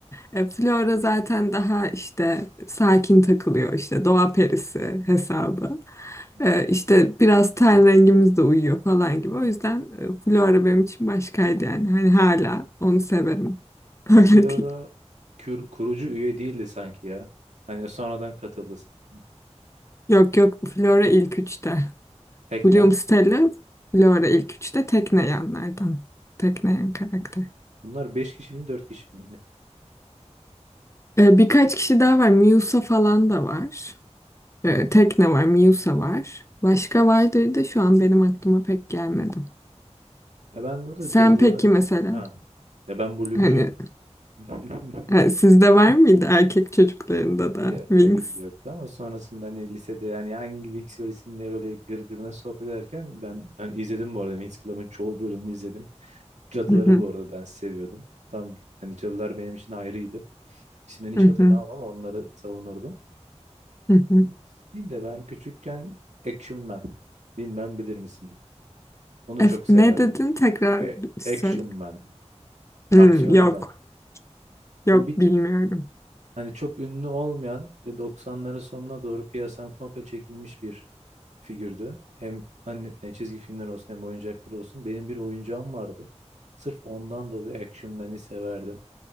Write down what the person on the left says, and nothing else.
E, Flora zaten daha işte sakin takılıyor işte doğa perisi hesabı.
E, işte biraz ten rengimiz de uyuyor falan gibi. O yüzden e, Flora benim için başkaydı yani. Hani hala onu severim. <laughs>
Öyle
değil.
Yok yok Flora ilk üçte.
William Stella Flora ilk üçte tekneyenlerden. Tekneyen karakter.
E, birkaç kişi daha var. Miusa falan da var. E, tekne var, Miusa var. Başka vardır da şu an benim aklıma pek gelmedi.
Sen
peki mesela
hani
e, sizde var mıydı erkek çocuklarında da
Wings?
Hı hı,
hı hı,
hı hı.
Ef-
ne dedin tekrar
söyle.
Hmm,
yok
yok
bilmiyorum.